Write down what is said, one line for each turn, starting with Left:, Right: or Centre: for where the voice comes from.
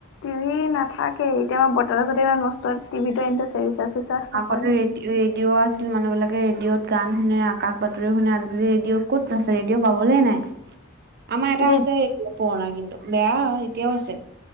Left: টিভি নথাকেই এতিয়া বতৰে বতৰে নষ্ট টিভিটো এণ্ড হৈছে ৰিচাৰ্জ। চিচাৰ্জ নকৰে
Right: আগতে
Left: নহয়
Right: ৰে -ৰেডিঅ' আছিল মানুহ বিলাকে ৰেডিঅ'ত গান শুনে আকাশ বাতৰি শুনে আজিকালি ৰেডিঅ' ক'ত আছে ৰেডিঅ' পাবলৈ নাই। আমাৰ এটা
Left: ৰে
Right: আছে পুৰণা কিন্তু বেয়া এতিয়াও আছে।